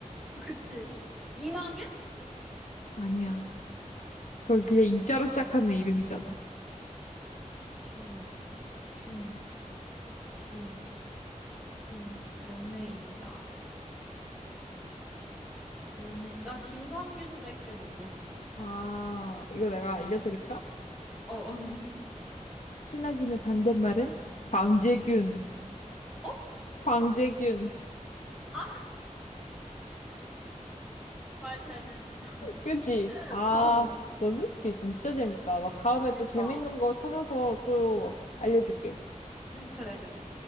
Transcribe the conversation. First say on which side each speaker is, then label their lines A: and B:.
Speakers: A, in the centre; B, on the left.
A: <laughs> 그치. 이마균?
B: 아니야.
A: 아닌가?
B: 그거 그냥 임자로 시작하는 이름이잖아.
A: 균, 균, 균, 균. 연예인이라. 연예, 나 김상균밖에 모르는데?
B: 아, 이거
A: 균.
B: 내가 알려드릴까?
A: 어, 어. <laughs>
B: 신하균의 반대말은 광재균.
A: 어?
B: 광재균.
A: 아, 말 되네, 진짜.
B: 그지?
A: <laughs>
B: 아,
A: 어,
B: 넌지스키 진짜 재밌다. 나 다음에
A: 그니까.
B: 또 재밌는 거 찾아서 또 알려줄게.
A: 응, 그래, 그래.